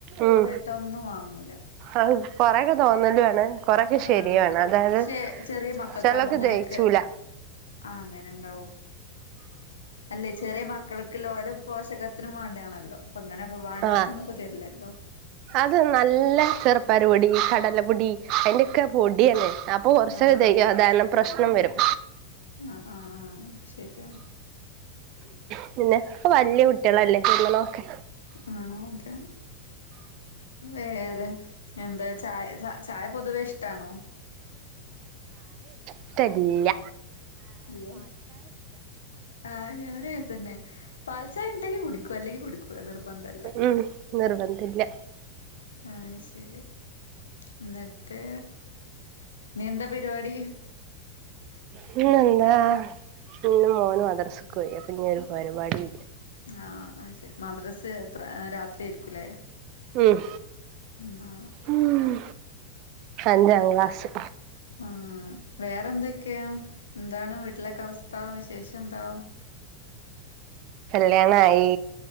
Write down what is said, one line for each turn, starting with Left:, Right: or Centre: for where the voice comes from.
Right: ഉം
Left: എന്നിട്ടൊന്നും വാങ്ങില്ല
Right: അത് കൊറെയൊക്കെ തോന്നലുവാണ് കൊറെയൊക്കെ
Left: ആ
Right: ശരിയുവാണ് അതായത്
Left: പക്ഷെ ചെറിയ മക്കൾക്കാവുമ്പോൾ
Right: ചെലതൊക്കെ
Left: ഇങ്ങനെയൊക്കെ
Right: ദഹിച്ചൂല
Left: ആ അങ്ങനെ ഉണ്ടാവും അല്ലെ ചെറിയ മക്കൾക്ക് ആരോഗ്യത്തിനും പോഷകത്തിനും വേണ്ടാണല്ലോ അപ്പൊ അങ്ങനെ വേണ്ടാത്തതൊന്നും
Right: ആഹ്
Left: തരില്ലല്ലോ
Right: അത് നല്ല ചെറുപയർ പൊടി കടലപ്പൊടി അതിന്റെയൊക്കെ പൊടിയാണ് അപ്പൊ കുറച്ചു
Left: ആഹ്
Right: ദഹന പ്രശ്നം വരും
Left: ആഹ് ആഹ് ആഹ് ശരിയാണ്
Right: പിന്നെപ്പോ വലിയ കുട്ടികളല്ലേ ഓക്കെ
Left: അഹ് ഓക്കേ വേറെ എന്താ ചായ പൊതുവേ ഇഷ്ടമാണോ
Right: ഇഷ്ടമില്ല
Left: ല്ലേ ആഹ് ഞാന്ങ്ങനെതന്നെ പാൽചായ ണ്ടെങ്കി കുടിക്കു പല്ലേ കൊടുക് നിർബന്ധല്ല
Right: ഉം നിർബന്ധമില്ല
Left: ആഹ് ശരി ന്നിട്ട് നീന്ത പര്പാടി
Right: പിന്നെന്താ ഇന്ന് മോനു മദ്രസ്കൊയി അപ്പൊ നി ഒരു പരിപാടില്ല
Left: ആഹ് അത് ശരി മദ്രസ് എത്ര രാത്രി ആയിര്ക്കുല്ലേ
Right: ഉം
Left: ഉം ആ
Right: ഉം അഞ്ചാം ക്ലാസ്
Left: ആ വേറെന്തൊക്കെയാ ന്താണ് വീട്ട്ലൊക്ക അവസ്ഥ വിശേഷ ന്താ
Right: ല്യാണായി